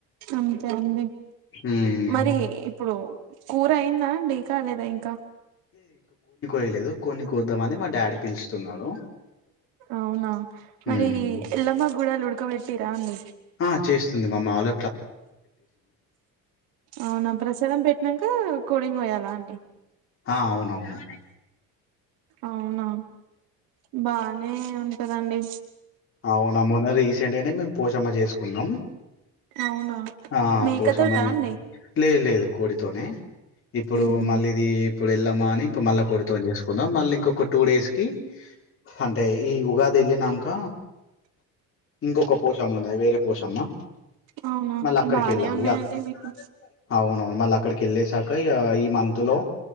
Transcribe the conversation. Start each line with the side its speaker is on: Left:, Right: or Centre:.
Right: అంతే అండి
Left: ఉమ్,
Right: మరి ఇప్పుడు కూరి అయినా ండి కాలేదా ఇంకా
Left: యలేదు కొన్ని కోద్దామని మా డాడీ పిలుచస్తున్నాడు
Right: అవునా మరి
Left: ఉమ్.
Right: ఎలమా కూడా లుడకబ పెట్టిరా అండి
Left: ఆ చేస్తుంది మామ్మ ఆల
Right: అవునా ప్రసాదం పెట్టినాక కోడింగ్ వయాలా అండి
Left: ఆ అవునవును
Right: అవునా బానే ఉంట చదండి
Left: అవు నమ్ మన్న రీసెంట్ ఏనే మ పోచమ చేసుకున్నాం
Right: అవునా
Left: ఆ
Right: మేకతోటా
Left: పోషమని
Right: అండి
Left: లేదు లేదు కోడితోనే ఇప్పుడు
Right: ఉహు
Left: మళ్ళీ ఇది ఇప్పుడు వెళ్ళామా అని ఇప్పుడు మళ్ళా కొడుతోని చేసుకో కొంటాం మళ్ళీ ఇంకొక టూ డేస్ కి అంటే ఈ ఉగాది వెళ్ళినక ఇంకొక పోషమ్మ ఉన్నాయి వేరే పోసమ్మా
Right: అవునా
Left: మళ్ళ అక్కడకిల్లా
Right: బానే
Left: అవును
Right: ఉన్నాయండి మీకు
Left: అవును మళ్ళ అక్కడకిల్లే సా ఇకా ఇ ఈ మంత్ లో